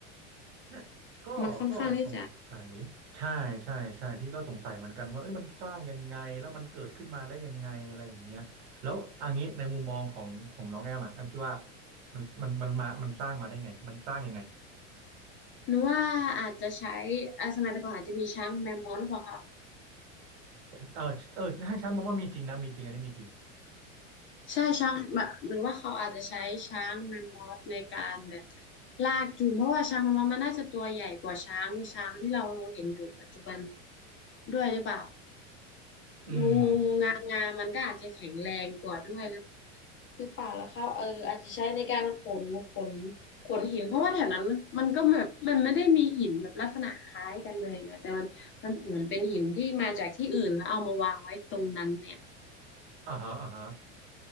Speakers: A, on the right; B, on the left.
A: เนี่ยก็ก็สงสัยใช่ใช่ใช่พี่ก็สงสัยเหมือนกันว่าเอ้ยมันสร้างยังไงแล้วมันเกิดขึ้นมาได้ยังไงอะไรอย่างเงี้ยแล้วอันนี้ในมุมมองของของน้องแอมอะแอมคิดว่า
B: มันค่อนข้างที่จะ
A: มันมันมันมามันสร้างมาได้ไงมันสร้างยังไง
B: หนูว่าอาจจะใช้อ่าสมัยแต่ก่อนอาจจะมีช้างแมมมอสหรือเปล่าคะ
A: เออเออให้ฉันบอกว่ามีจริงนะมีจริงอันนี้มีจริง
B: ใช่ช้างแบบหรือว่าเขาอาจจะใช้ช้างแมมมอสในการแบบลากจูงเพราะว่าช้างแมมมอสมันน่าจะตัวใหญ่กว่าช้างช้างที่เราเห็นอยู่ปัจจุบันด้วยหรือเปล่า
A: อืม
B: งูงูงางามันก็อาจจะแข็งแรงกว่าด้วย คือเปล่ากแล้วครับเอออาจจะใช้ในการขนขนขนหินเพราะว่าแถวนั้นมันก็แบบมันไม่ได้มีหินแบบลักษณะคล้ายกันเลยไงแต่มันมันเหมือนเป็นหินที่มาจากที่อื่นแล้วเอามาวางไว้ตรงนั้นเนี่ย
A: อ่าฮะอ่าฮะ